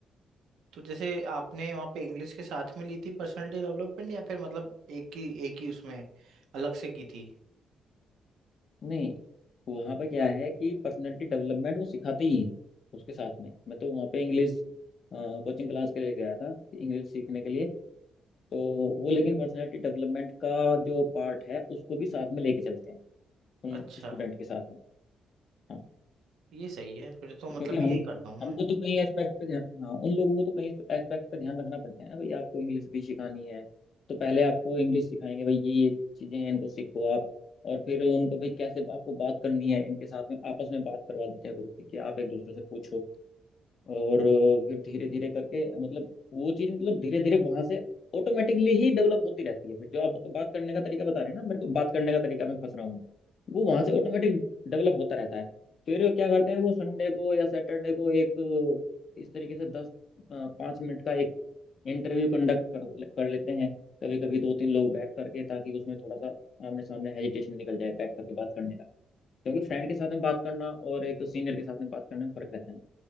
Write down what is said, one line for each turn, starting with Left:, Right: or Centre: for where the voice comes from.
Right: तो जैसे आपने वहाँ पे इंग्लिश के साथ में ली थी पर्सनालिटी डेवलपमेंट या फिर मतलब एक ही एक ही उसमें अलग से की थी
Left: नहीं वहाँ पे क्या है कि पर्सनैलिटी डेवलपमेंट वो सिखाते ही हैं उसके साथ में मैं तो वहाँ पे इंग्लिश कोचिंग क्लास के लिए गया था इंग्लिश सीखने के लिए तो वो लेकिन पर्सनैलिटी डेवलपमेंट का जो पार्ट है उसको भी साथ में लेके चलते हैं उन
Right: अच्छा
Left: स्टूडेंट के साथ में हाँ,
Right: ये सही है फिर तो
Left: तो
Right: मतलब
Left: क्योंकि हम
Right: यही करता हूँ
Left: हमको
Right: मैं
Left: तो कई एस्पेक्ट पे ध्यान हाँ उन लोगों को तो कई एस्पेक्ट पे ध्यान रखना पड़ता है ना भाई आपको इंग्लिश भी सिखानी है तो पहले आपको इंग्लिश सिखाएंगे भाई ये ये चीजें हैं इनको सीखो आप और फिर उनको भाई कैसे आपको बात करनी है इनके साथ में आपस में बात करवा देते हैं ग्रुप की कि आप एक दूसरे से पूछो और अ, फिर धीरे धीरे करके मतलब वो चीज मतलब धीरे धीरे वहां से ऑटोमेटिकली ही डेवलप होती रहती है फिर जो आप बात करने का तरीका बता रहे हैं ना मेरे को बात करने का तरीका मैं फंस रहा हूँ मैं वो वहां से ऑटोमेटिक डेवलप होता रहता है फिर क्या करते हैं वो संडे को या सैटरडे को एक अ, इस तरीके से दस पाँच मिनट का एक इंटरव्यू कंडक्ट कर कर लेते हैं कभी कभी दो तीन लोग बैठ करके ताकि उसमें थोड़ा सा आमने सामने हेजिटेशन निकल जाए बैठ करके बात करने का क्योंकि फ्रेंड के साथ में बात करना और एक सीनियर के साथ में बात करने में फर्क रहता है ना।